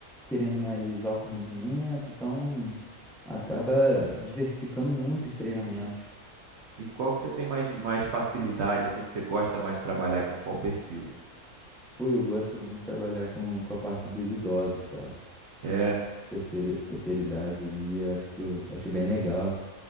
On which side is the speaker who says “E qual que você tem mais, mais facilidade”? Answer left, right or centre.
Right